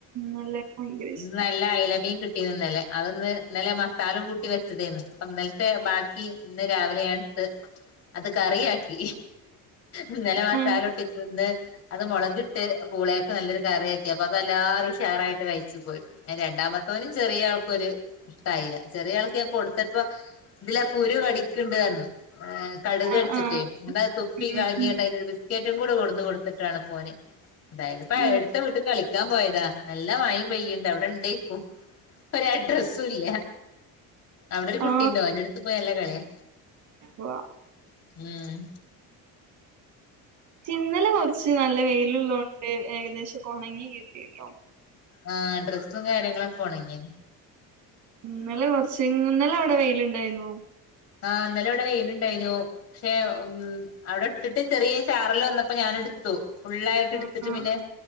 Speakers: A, on the right; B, on the left.
A: നല്ല ഭയങ്കര ഇഷ്ട
B: ഇന്ന് നല്ല അയലമീൻ കിട്ടീന്നലെ അതൊന്ന് ഇന്നലെ മസാല കൂട്ടി വെച്ചതേന്ന് അപ്പൊ ത്തെ ബാക്കി ഇന്ന് രാവിലെ ഞാനെട്ത്ത് അത് കറിയാക്കി ഇന്നലെ മാസാല
A: ഉം
B: കൂട്ടിവച്ചത് ഇന്ന് അത് മുളകിട്ട് പൂളയൊക്കെ നല്ലൊരു കറിയക്കി അപ്പൊ അതെല്ലാരരും ഷാറായിട്ട് കഴിക്കും രണ്ടാമത്തവനും ചെറിയ ആൾക്കൊരു ഇഷ്ടമായില്ല ചെറിയ ആൾക്ക് ഞാൻ കൊടു ത്തപ്പോ ഇതിലാ കുരു കടിക്കണ്ട്ന്ന് പറഞ്ഞു കടക്
A: ആ
B: കടിച്ചിട്ടേ
A: ആ
B: എ അത് തുപ്പികൾഞാകാണ്ട്
A: ഉം ഉം
B: അയിന്നൊരു ബിസ്കറ്റ് ബിസ്കറ്റ്കൂട് കൊടന്ന് കൊടുത്തിട്ടാണ്പോന് അതായത് ഇപ്പ
A: ഉം
B: എടുത്ത വീട്ട് കളിക്കാൻ പോയതാ നല്ല മഴയും പെയ്യുന്നണ്ടവിടെയുണ്ടേക്കും ഒരു അഡ്രസ്സ് ഇല്ല അവിടൊരു കുട്ടിയുണ്ടവന്റെ
A: ആ
B: അടുത്തുപോയി നല്ല കളിയാ
A: വാ
B: ഉം
A: ഇന്നലെ, കുറച്ചു നല്ല വെയിലു ഉണ്ട് ഏകദേശമൊക്കെയുണങ്ങികിട്ടീട്ടോ
B: ആ, ഡ്രസ്സും കാര്യങ്ങളൊക്കെ ഒണങ്ങി
A: ഇന്നലെ, കൊറച്ചു ഇന്നലെയവിടെ വെയിലുണ്ടായിരുന്നു
B: ആ.. ഇന്നലെയിവിടെ വെയിയിലുണ്ടായിനു. പക്ഷേ ഉം. അവിടെ ഇട്ടിട്ട് ചെറിയചാറൽവന്നപ്പോ ഞാനെടുത്തു. ഫുള്ളായിട്ടെടുത്തിട്ടു
A: ആ ആ
B: പിന്നെ